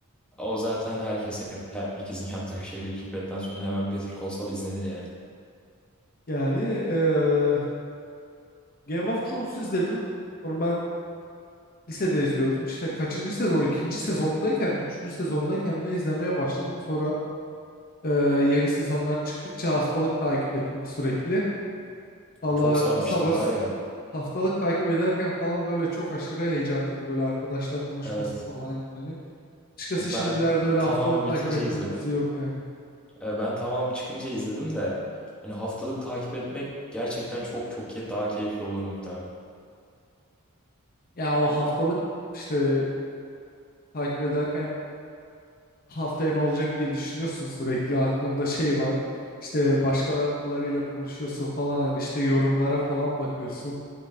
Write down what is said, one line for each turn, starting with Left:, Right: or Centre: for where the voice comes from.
Centre: O zaten herkes yap herkesin yaptığı bir şey Breaking Bad'den sonra hemen Better Call Saul izlenir yani.
Left: Yani eee, Game of Thrones'u izledim. Onu ben lisede izliyordum. İşte kaçıncı sezon? İkinci sezondayken mi? Üçüncü sezondayken mi ne izlemeye başladım. Sonra Ee, yeni sezonlar çıktıkça haftalık takip ettim sürekli. Valla
Centre: O çok sarmıştır
Left: sabır
Centre: var ya.
Left: haftalık takip ederken falan böyle çok aşırı heyecanlıydı. Böyle arkadaşlar konuşması
Centre: Evet.
Left: falan yani. Açıkçası
Centre: Ben
Left: şimdilerde öyle
Centre: tamamı
Left: haftalık
Centre: bitince
Left: takip ettiğim
Centre: izledim.
Left: dizi yok yani.
Centre: E, Ben tamam çıkınca izledim de hani haftalık takip etmek gerçekten çok çok ke- daha keyifli olur muhtemelen.
Left: Ya o haftalık işte takip ederken haftaya ne olacak diye düşünüyorsun sürekli. Aklında şey var. İşte başkalarıyla konuşuyorsun falan hani işte yorumlara falan bakıyorsun.